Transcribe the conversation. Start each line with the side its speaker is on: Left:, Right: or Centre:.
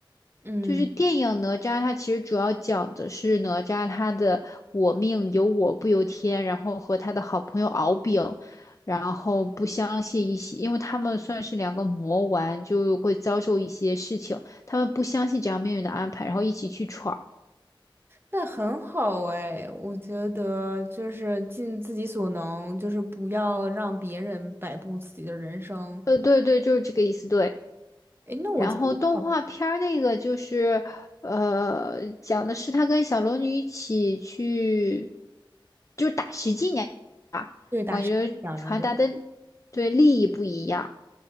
Right: 嗯，
Left: 就是电影《哪吒》，它其实主要讲的是哪吒他的“我命由我不由天”，然后和他的好朋友敖丙，然后不相信一些，因为他们算是两个魔丸，就会遭受一些事情，他们不相信这样命运的安排，然后一起去闯。
Right: 那很好哎，我觉得就是尽自己所能，就是不要让别人摆布自己的人生。
Left: 呃，对对，就是这个意思，对。
Right: 哎，那我今天好，
Left: 然后动画片儿那个就是，呃，讲的是他跟小龙女一起去，就是打十几年。
Right: 对，打生讲养着的。
Left: 我觉得传达的
Right: 对
Left: 对利益不一样。